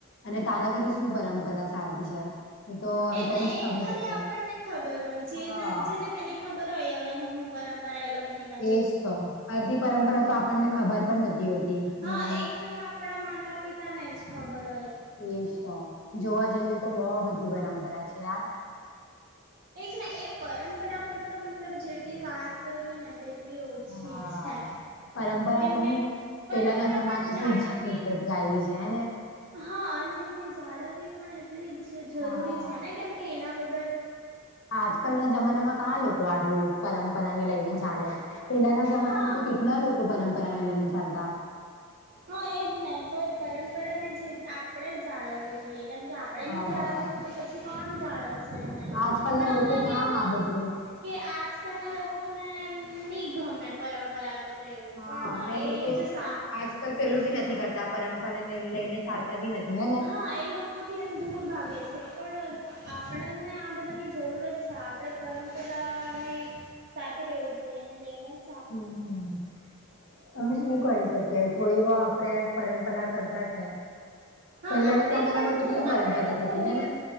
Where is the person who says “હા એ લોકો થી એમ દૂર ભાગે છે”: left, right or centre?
Right